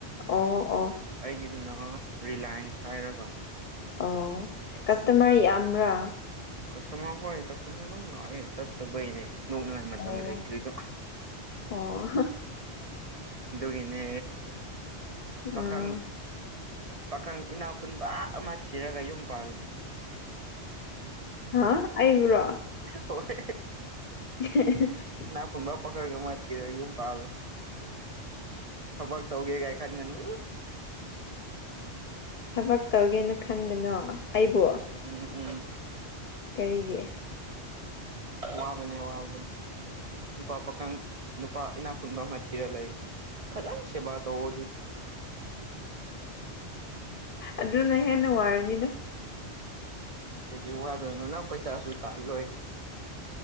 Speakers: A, on the left; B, on the right.
A: ꯑꯣ ꯑꯣ
B: ꯑꯩꯒꯤꯗꯨꯅ ꯔꯤꯂꯥꯏꯟꯁ ꯍꯥꯏꯔꯒ
A: ꯑꯣ ꯀꯁꯇꯃꯔ ꯌꯥꯝꯕ꯭ꯔꯥ
B: ꯀꯁꯇꯃꯔ ꯍꯣꯣꯏ ꯀꯁꯇꯃꯔ ꯂ ꯇꯇ ꯩꯅꯦ ꯅꯣꯛꯅꯉꯥꯏ ꯃꯇꯝ
A: ꯑꯣ
B: ꯂꯩꯇ꯭ꯔꯤꯗꯣ
A: ꯑꯣ
B: ꯑꯗꯨꯒꯤꯅꯦ ꯄꯥꯈꯪ
A: ꯑꯥ
B: ꯄꯥꯈꯪ ꯏꯅꯥꯎ ꯈꯨꯨꯟꯕ ꯑꯃ ꯊꯤꯔꯒ ꯌꯨꯝ ꯄꯥꯜꯂꯨ
A: ꯍꯥ ꯑꯩꯕ꯭ꯔꯣ
B: ꯍꯣꯢ
A: <inaudible>
B: ꯅꯥꯈꯨꯕ ꯄꯛꯔꯒ ꯃꯥ ꯊꯔꯑꯣ ꯏ ꯄꯥꯜꯂꯣ ꯊꯕꯛ ꯇꯧꯒꯦ ꯀꯥꯏ ꯈꯥꯟꯒꯅ
A: ꯊꯕꯛ ꯇꯧꯒꯦꯅ ꯈꯟꯕꯅꯣ ꯑꯩꯕꯨ
B: ꯎꯝ ꯎꯝ
A: ꯀꯔꯤꯒꯤ
B: ꯋꯥꯕꯅꯦ ꯋꯥꯕꯅꯦ ꯅꯨꯄꯥ ꯄꯥꯈꯪ ꯅꯨꯄꯥ ꯏꯅꯥꯛ ꯈꯨꯨꯟꯕ ꯑꯃ ꯊꯤꯔꯒ ꯂꯩ ꯐꯖꯟꯁꯦꯕ ꯇꯧꯋꯣꯗꯨ
A: ꯑꯗꯨꯅ ꯍꯦꯟꯅ ꯋꯥꯔꯅꯤꯗ
B: ꯀꯩꯗꯤ ꯋꯥꯗꯣꯏꯅꯣ ꯅꯪ ꯄꯩꯁꯥꯁꯨ ꯇꯥꯍꯜꯂꯣꯏ